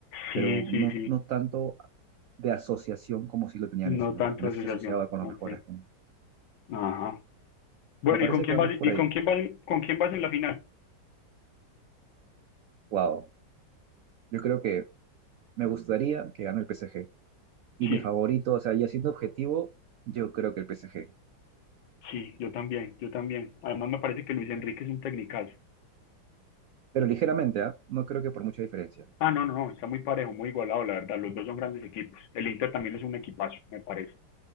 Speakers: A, on the right; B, on the left.
A: pero
B: sí,
A: no,
B: sí, sí.
A: no tanto de asociación como si lo tenía
B: No
A: Messi, ¿no?
B: tanto
A: Porque Messi
B: asociación.
A: se asociaba con
B: Ok.
A: los mejores. ¿no?
B: Ajá. Bueno,
A: Me parece
B: ¿y con quién
A: que vamos
B: vas,
A: por
B: y
A: ahí.
B: con quién vas, con quién vas en la final?
A: Wow. Yo creo que me gustaría que gane el PSG. Y
B: Sí,
A: mi favorito, o sea, ya siendo objetivo, yo creo que el PSG.
B: sí, yo también, yo también. Además me parece que Luis Enrique es un tecnicazo.
A: Pero ligeramente, ¿ah? No creo que por mucha diferencia.
B: Ah, no, no, no, está muy parejo, muy igualado, la verdad. Los dos son grandes equipos. El Inter también es un equipazo, me parece.